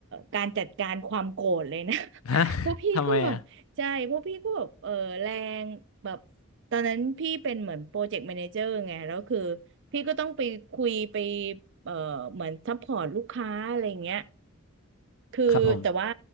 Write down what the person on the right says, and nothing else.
การจัดการความโกรธเลยนะ
<laughs>
พวกพี่ก็แบบใช่พวกพี่ก็แบบเออแรงแบบ
ตอนนั้นพี่เป็นเหมือนโปรเจกต์แมเนเจอร์ไงแล้วคือพี่ก็ต้องไปคุยไปเอ่อเหมือนซัพพอร์ตลูกค้าอะไรเงี้ยคือแต่ว่า